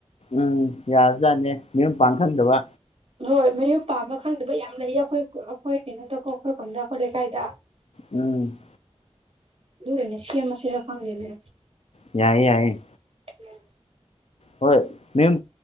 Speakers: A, on the left; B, on the right.
A: ꯎꯝ ꯌꯥꯔꯖꯠꯅꯦ ꯃꯌꯨꯝ ꯄꯥꯟꯕ ꯈꯪꯗꯕ
B: ꯍꯣꯏ ꯃꯌꯨꯝ ꯄꯥꯝꯕ ꯈꯪꯗꯕ ꯌꯥꯝ ꯂꯩꯏ ꯑꯩꯈꯣꯏ ꯑꯩꯈꯣꯏ ꯀꯩꯅꯣꯗꯀꯣ ꯑꯩꯈꯣꯏ ꯈꯨꯟꯗ ꯑꯩꯈꯣꯏ ꯂꯩꯀꯥꯏꯗ
A: ꯎꯝ
B: ꯑꯗꯨ ꯑꯣꯏꯅ ꯁꯦꯝꯃꯁꯤꯔꯥ ꯈꯪꯗꯦꯅꯦ
A: ꯌꯥꯏ ꯌꯥꯏ
B: ꯎꯝ <inaudible>
A: ꯍꯣꯏ ꯃꯌꯨꯝ